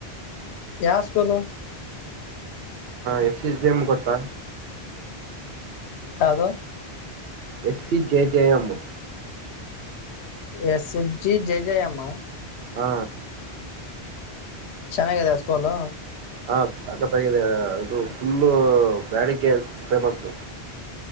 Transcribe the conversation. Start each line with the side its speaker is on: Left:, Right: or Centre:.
Left: ಯಾವ ಸ್ಕೂಲ್
Right: ಎ ಸಿಜೇಮ್ ಗೊತ್ತ
Left: ಯಾದುದು
Right: S C J J M
Left: S H G J ಜಯ ಅಮ್ಮ
Right: ಹ್ಮ
Left: ಚೆನ್ನಾಗಿದೆ ಅ ಸ್ಕೋಲ್
Right: ಹಾ ಸಕತ್ಾಗಿದೆ ಅದು ಫುಲ್ಲು ಬೇಡಿಗೆಗೆ ಫೇಮಸ್ಸು